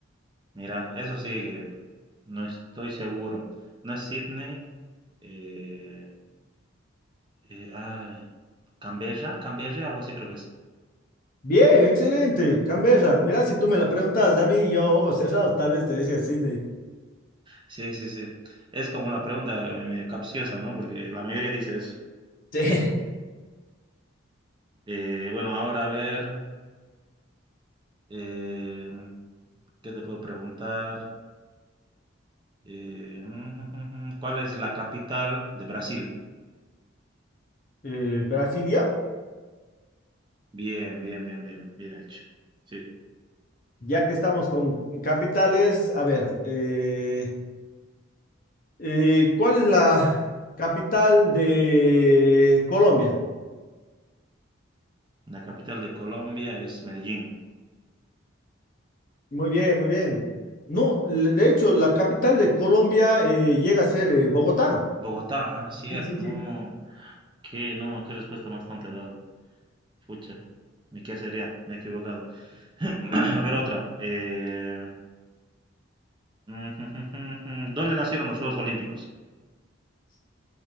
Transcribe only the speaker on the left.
Bien, excelente, Cambera. Mira, si tú me la preguntas a mí, yo, ojos cerrados, tal vez te decía Sydney. <laughs>
Sí.
Eh, Brasilia,
ya que estamos con capitales, a ver, eh, eh, ¿cuál es la capital de Colombia?
Muy bien, muy bien. No, le- de hecho, la capital de Colombia eh, llega a ser eh, Bogotá.
Sí, sí,
sí.